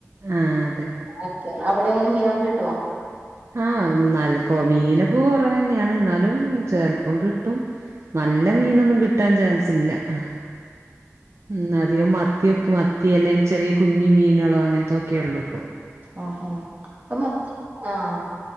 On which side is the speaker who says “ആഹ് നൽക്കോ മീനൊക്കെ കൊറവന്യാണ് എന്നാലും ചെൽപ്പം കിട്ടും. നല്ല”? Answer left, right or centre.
Right